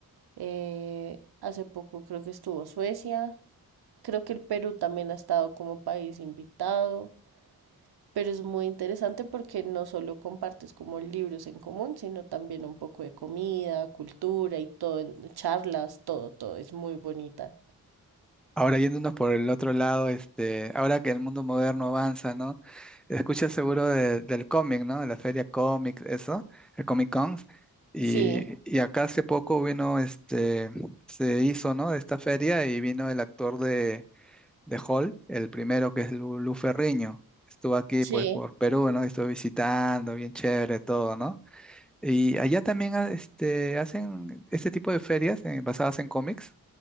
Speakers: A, on the right (about 80°); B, in the centre.
A: Eh, hace poco creo que estuvo Suecia. Creo que el Perú también ha estado como país invitado. Pero es muy interesante porque no solo compartes como libros en común, sino también un poco de comida, cultura y todo, en- charlas, todo, todo. Es muy bonita.
B: Ahora yéndonos por el otro lado, este, ahora que el mundo moderno avanza, ¿no? Escuchas seguro de- del cómic, ¿no? De la feria cómic, eso, el Comic Con. Y,
A: Sí,
B: y acá hace poco vino, este, se hizo, ¿no? Esta feria y vino el actor de de Hall, el primero que es Lu, Lu Ferriño. Estuvo aquí
A: sí,
B: pues por Perú, ¿no? Estuve visitando, bien chévere todo, ¿no? Y allá también ah, este, hacen este tipo de ferias eh, basadas en cómics.